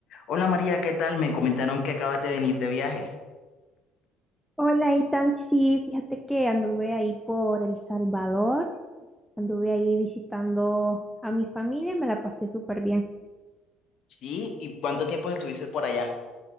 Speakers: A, on the left (about 50°); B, in the centre.
A: Hola María, ¿qué tal? Me comentaron que acabas de venir de viaje.
B: Hola, Itan. Sí, fíjate que anduve ahí por El Salvador, anduve ahí visitando a mi familia, me la pasé súper bien.
A: ¿Sí? ¿Y cuánto tiempo estuviste por allá?